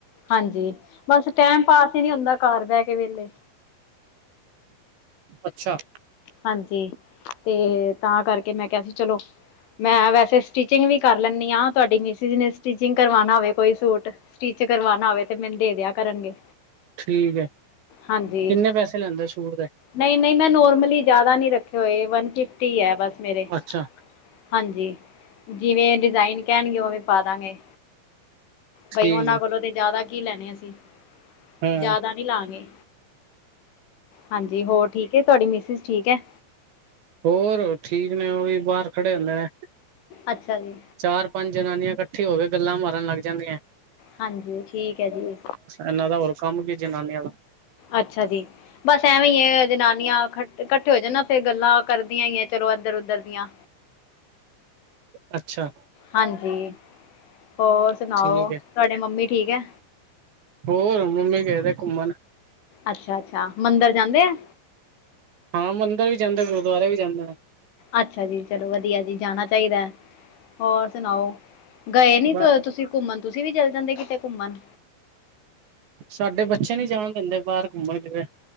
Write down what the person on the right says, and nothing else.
ਅੱਛਾ।
ਠੀਕ ਹੈ,
ਕਿੰਨੇ ਪੈਸੇ ਲੈਂਦੇ ਸੂਟ ਦੇ?
ਅੱਛਾ
ਠੀਕ
ਹੈ
ਹਾਂ
ਹੋਰ ਠੀਕ ਨੇ, ਓ ਵੀ ਬਾਰ ਖੜੇ ਹੁੰਦੇ ਨੇ।
ਚਾਰ-ਪੰਜ ਜਨਾਨੀਆਂ ਇਕੱਠੇ ਹੋ ਕੇ, ਗੱਲਾਂ ਮਾਰਨ ਲੱਗ ਜਾਂਦੀਆਂ।
ਏਨਾਂ ਦਾ ਹੋਰ ਕੰਮ ਕੀ ਜਨਾਨੀਆਂ ਦਾ।
ਅੱਛਾ
ਠੀਕ ਹੈ।
ਹੋਰ, ਮੰਮੀ ਗਏ ਹੋਏ ਆ ਘੁੰਮਣ।
ਹਾਂ, ਮੰਦਿਰ ਵੀ ਜਾਂਦੇ, ਗੁਰਦੁਆਰੇ ਵੀ ਜਾਂਦੇ ਨੇ।
ਬ
ਸਾਡੇ ਬੱਚੇ ਨੀ ਜਾਣ ਦਿੰਦੇ, ਬਾਹਰ ਘੁੰਮਣ ਫਿਰ